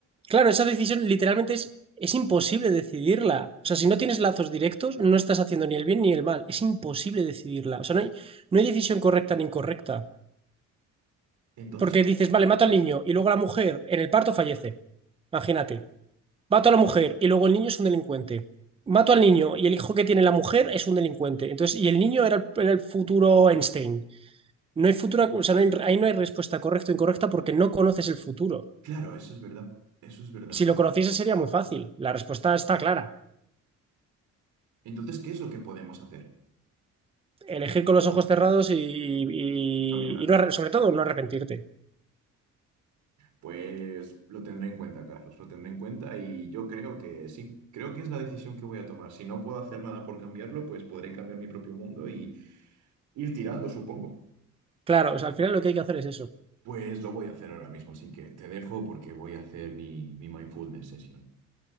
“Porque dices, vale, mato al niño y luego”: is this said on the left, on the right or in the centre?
Right